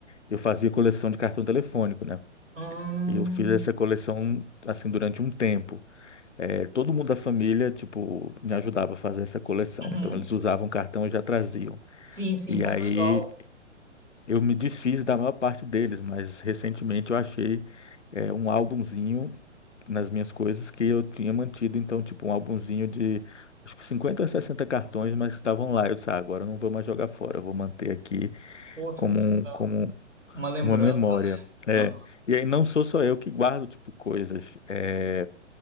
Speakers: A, on the left (about 70°); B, on the right (about 85°).
A: eu fazia coleção de cartão telefônico, né?
B: Ahn.
A: E eu fiz essa coleção, assim, durante um tempo. É, todo mundo da família, tipo, me ajudava a fazer essa coleção.
B: Uhum.
A: Então, eles usavam cartão e já traziam.
B: Sim, sim,
A: E
B: pô,
A: aí
B: que legal.
A: Eu me desfiz da maior parte deles, mas recentemente eu achei é, um álbumzinho nas minhas coisas que eu tinha mantido, então, tipo, um álbumzinho de acho que 50 ou 60 cartões, mas estavam lá. Eu disse, ah, agora eu não vou mais jogar fora, eu vou manter aqui
B: Poxa,
A: como,
B: que
A: um-
B: legal.
A: como
B: Uma lembrança,
A: uma memória.
B: né?
A: É,
B: Ah.
A: e aí não sou só eu que guardo, tipo, coisas. É,